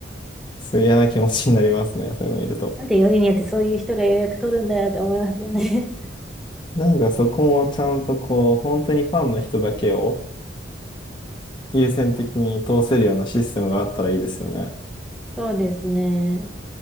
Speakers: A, on the left; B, in the centre.
A: すごい嫌な気持ちになりますね、<laughs> そういうの見ると。
B: なんでよりによってそういう人が予約取るんだよって思いますよね。
A: なんかそこもちゃんとこう、本当にファンの人だけを優先的に通せるようなシステムがあったらいいですよね。
B: <laughs> そうですね。